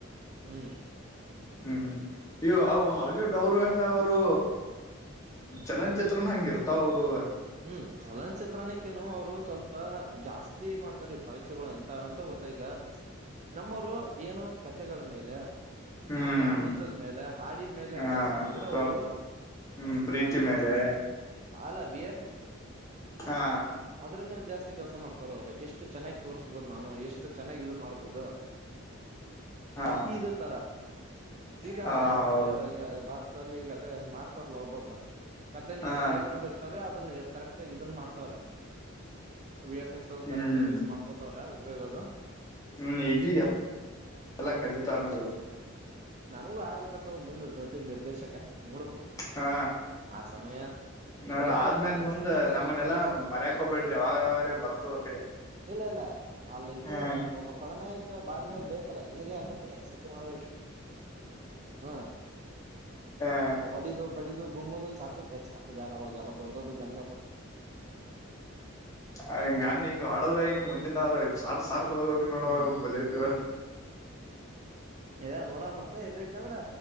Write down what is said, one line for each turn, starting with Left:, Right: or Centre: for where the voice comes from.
Right: ಹ್ಮ್
Left: ಹ್ಮ್ ಹ್ಮ್ ಇವು ಅವ ಹಾಲಿವುಡ್ ಅವರು ಹೆಂಗ ಅವರು ಚಲನಚಿತ್ರನ್ ಹೆಂಗ ಇರ್ತಾವ ಅವ್ರು
Right: ಹ್ಮ್ ಚಲನಚಿತ್ರಕ್ಕೇನು ಅವ್ರು ಸ್ವಲ್ಪ ಜಾಸ್ತಿ ವತಿ ಮಾಡ್ತಾರೆ ಈ ಪರೀಕ್ಷೆಗಳು ಎಂತ ಅಂತ ಗೊತ್ತ ಈಗ <inaudible> ನಮ್ಮವರು ಏನು ಕಥೆಗಳ ಮೇಲೆ
Left: ಹ್ಮ್
Right: ಇಲ್ಲ ಕುಣಿತದ ಮೇಲೆ ಹಾಡಿನ ಮೇಲೆ
Left: ಹ
Right: ಕೆಲ್ಸ ಮಾಡಿದ್ರೆ
Left: ಅಥವಾ
Right: ಅವರು
Left: ಹ್ಮ್ ಪ್ರೀತಿ
Right: ಆ ಇದು
Left: ಮೇಲೆ
Right: ಅಲ ವಿ ಎಫ್ಕ್ ಶ ಷ
Left: ಹಾ
Right: ಅದ್ರ ಮೇಲೆ ಜಾಸ್ತಿ ಕೆಲಸ ಮಾಡ್ತಾರ ಅವರು ಎಷ್ಟು ಚೆನ್ನಾಗಿ ತೋರಿಸ್ಬಹುದು ನಾನು ಎಷ್ಟ ಚನ್ನಾಗಿ ಇದನ್ನ ಮಾಡಬಹದು ಉದಾ
Left: ಹಾ
Right: ಇ ತರ ಈಗ
Left: ಹ
Right: ಅಂದ್ರೆ <inaudible> ನಮ್ಮ
Left: ಹೌ
Right: ಭತ ಲ್ಲಿ ಈಗ ಅದೇ ಮಾಡ್ತಾರಲ್ಲಾ ಒಬ್ಬೊಬ್ಬ್ರ ಕತೆ ನೀಗ್
Left: ಹಾ
Right: ಚೆನ್ನಾಗಿ ಬರ್ತವ್ರೆ ಅದನ್ನ ಕರೆಕ್ಟ್ ಆಗ ಇದನ್ ಮಾಡ್ತಾವ್ರೆ ವಿ ಎಫ್ ಎಕ್ಸ್ ಅ
Left: ಹ್ಮ್
Right: ಕರೆಕ್ಟ್ ಆಗ ಯೂಸ್ ಮಾಡ್ಕೋತವ್ರ ಉಪಯೋಗ ಅದು
Left: ಹ್ಮ್ ಈಗಗ ಎಲ್ಲ ಕಲಿತಾರನದ
Right: ನನಗೂ ಆಗ್ಬೇಕಂತದ ಮುಂದ ದೊಡ್ಡ ನಿರ್ದೇಶಕ ನೋಡ್ಬೇಕ
Left: ಹಾ
Right: ಆ ಸಮಯ
Left: ನೋ
Right: ಬರಯ
Left: ಆದ್ಮೇಲ್
Right: ಕನಸ್
Left: ಮುಂದ್
Right: ಕಾಣೋದ ಆಯ್ತು
Left: ನಮ್ಮನೆಲ್ಲಾ
Right: ಕೆಲ್ಸನ್ ಮಾಡ್ಬೇಕ
Left: ಮರ್ಯಕ್ ಹೋಗ್ಬ ಬಿಡ್ರಿ ವಾಗವಾಗ್ರ ಬರ್ತು ಹೊ ಕಡೆ
Right: ಇಲ್ಲಲ್ಲ ಅಲ್ಲ ಇದು
Left: ಹಾ
Right: ಮತ್ತ ಒಬ್ಬ ಳನಾಯಕ ಭಾಗದಲ್ಲಿ ಬೇಕಲ್ಲ ನನ್ಗೆ ಹಾಕೊತ್ತಿಲ್ಲ ಸಂಚ ಮಾಡ ಹಾ
Left: ಹಾ
Right: ಒಡಿದು ಬಡಿದು ಗೊಮ್ಮದ ಚಾ ಕ ಚಾಕ ಬ್ಯಾಡ ಅವಾಗಲ್ಲ ದಡ್ ದಡ್ಡ ಗನ್
Left: ಹಂಗನ್ ಹಿಂಗ ಹೊಡದ್ರ ಹಿಂಗ ಮುಜಿನ್ರ ಸಾರ್ ಸರ್ ಹೋಗ ಹ ನೋಡ
Right: ಹ್ಮ್
Left: ಬುಲೆಟ್
Right: ಇ ನೋಡ ಮತ್ತ ಇರ್ಲಿಕ್ಕ ಅಂದ್ರ